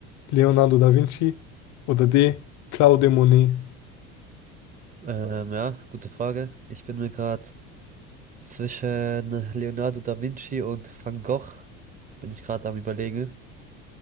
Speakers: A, on the left; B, on the right.
A: Leonardo da Vinci. Oder D. Claude Monet.
B: Ähm, ja, gute Frage. Ich bin mir gerade zwischen Leonardo da Vinci und Van Gogh, bin ich gerade am Überlegen.